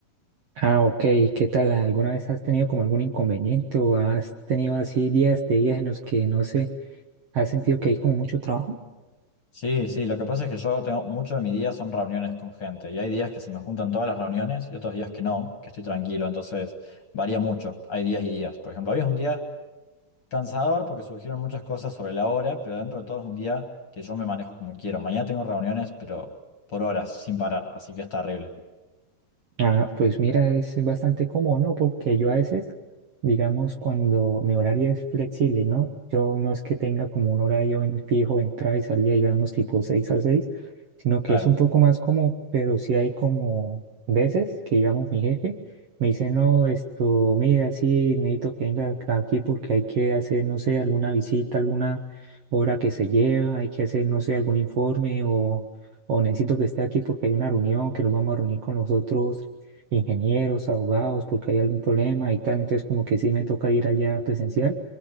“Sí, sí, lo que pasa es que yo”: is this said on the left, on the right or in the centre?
Left